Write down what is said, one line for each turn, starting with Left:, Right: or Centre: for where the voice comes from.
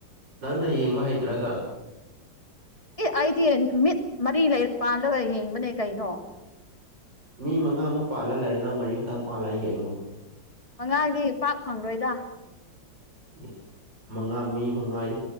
Right: ꯅꯪꯅ ꯌꯦꯡꯕ ꯍꯩꯇ꯭ꯔꯒ
Left: ꯑꯦ ꯑꯩꯗꯤ ꯃꯤꯠ ꯃꯔꯤ ꯂꯩ ꯄꯥꯜꯂꯒ ꯌꯦꯡꯕꯅꯦ ꯀꯩꯅꯣ
Right: ꯃꯤ ꯃꯉꯥꯃꯨꯛ ꯄꯥꯜꯂꯥ ꯂꯩꯔꯦ ꯅꯪ ꯃꯔꯤ ꯈꯛꯇ ꯄꯥꯜꯂꯒ ꯌꯦꯡꯉꯨ
Left: ꯃꯉꯥꯗꯤ ꯄꯥꯛ ꯐꯪꯔꯣꯏꯗ
Right: ꯏꯁ ꯃꯉꯥ ꯃꯤ ꯃꯉꯥꯒꯤ